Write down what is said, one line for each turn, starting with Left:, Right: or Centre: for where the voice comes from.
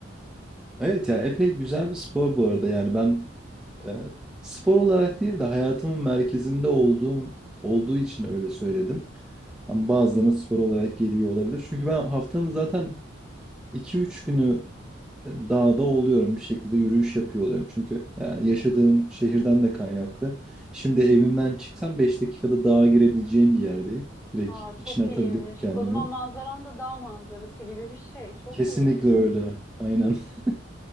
Centre: Evet ya epey güzel bir spor bu arada. Yani ben e, spor olarak değil de hayatımın merkezinde olduğum olduğu için öyle söyledim. Ama bazılarına spor olarak geliyor olabilir. Çünkü ben haftanın zaten iki üç günü dağda oluyorum. Bir şekilde yürüyüş yapıyor oluyorum. Çünkü yani yaşadığım şehirden de kaynaklı. Şimdi evimden çıksam 5 dakikada dağa girebileceğim bir yerdeyim. Direkt
Left: Aa, çok
Centre: içine atabiliyorum
Left: iyiymiş.
Centre: kendimi.
Left: O zaman manzaran da dağ manzarası gibi bir şey. Çok
Centre: Kesinlikle
Left: iyi.
Centre: öyle. Aynen. <laughs>